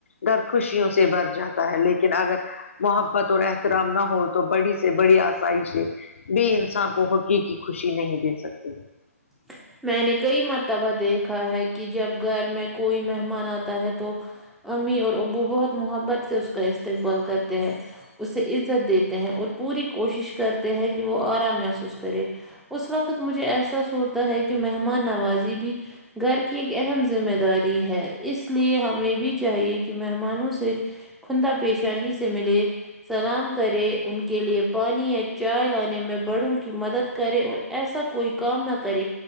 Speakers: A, on the left; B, in the centre.
A: گھر خوشیوں سے بھر جاتا ہے لیکن اگر محبت اور احترام نہ ہو تو بڑی سے بڑی آسایشئیں بھی انسان کو حقیقی خوشی نہیں دے سکتے
B: <inaudible> میں نے کئی مرتبہ دیکھا ہے کہ جب گھر میں کوئی مہمان آتا ہے تو امی اور ابو بہت محبت سے اس کا استقبال کرتے ہیں اسے عزت دی تے ہیں اور پوری کوشش کرتے ہیں کہ وہ آرام محسوس کرے اس وقت تک مجھے احساس ہوتا ہے کہ مہمان نوازی بھی گھر کی ایک اہم ذمہ داری ہے اس لیے ہمیں بھی چاہیے کہ مہمانوں سے خندہ پیشانی سے ملے سلام کرے ان کے لیے پانی یا چائے لانے میں بڑوں کی مدد کرے اور ایسا کوئی کام نہ کرے